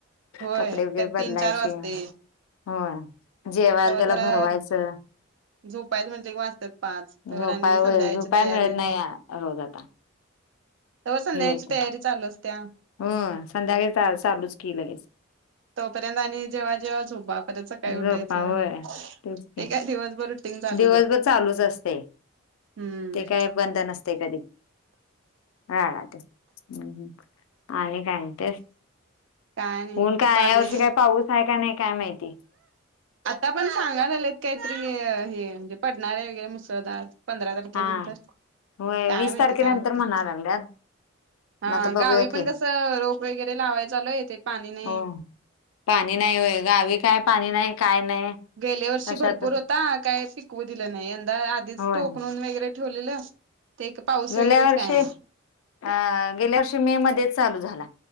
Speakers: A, on the right; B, on the left.
A: होय
B: कपडे वगैरे
A: त्यात
B: बदलायचे,
A: तीन चार वाजतय
B: होय जेवायला
A: तवा
B: त्याला
A: जरा
B: भरवायचं,
A: झोपायच म्हणल की वाजत्यात पाच तव्हर
B: झोपाय
A: आणि संध्याकाळची
B: व झोपाय
A: तयारी,
B: मिळत नाही रोज आता
A: तव्हा संध्याकाळची
B: हे होत.
A: तयारी चालू असत्या.
B: हो संध्याकाळी चालूच की लगेच
A: तोपर्यंत आणि जेवा जेवा झोपा परत सकाळी उठायचं
B: झोपा होय. तेच की
A: ते काय दिवसभर रुटीन चालूच
B: दिवसभर
A: असतं
B: चालूच असते,
A: हम्म
B: ते काय बंद नसतय कधी. हा ते हुं हुं आणि काय तेच
A: काय नाही
B: ऊन काय
A: चाललंय
B: या वर्षी
A: की
B: काय पाऊस हाय काय नाही काय माहिती?
A: आता पण सांगालागलेय काहीतरी हे म्हणजे पडणार आहे वगैरे मुसळधार. पंधरा तारखेनंतर,
B: हा. होय
A: काय
B: वीस
A: माहिती
B: तारखेनंतर
A: काय होते?
B: म्हणा लागल्यात
A: हा
B: मग आता बघूया
A: गावी पण
B: की
A: कसं रोप वगैरे लावाय चालोय इथे पाणी नाही.
B: हो. पाणी नाही, होय गावी काय पाणी नाही काय नाही.
A: गेल्या वर्षी
B: कशात
A: भरपूर होता काय पिकवू दिलं नाही, यंदा आधीच
B: होय.
A: टोकणून वगैरे ठेवलेलं ते पाऊस
B: गेल्या
A: वगैरेच
B: वर्षी
A: काय नाही
B: अ गेल्या वर्षी मे मध्येच चालू झाला.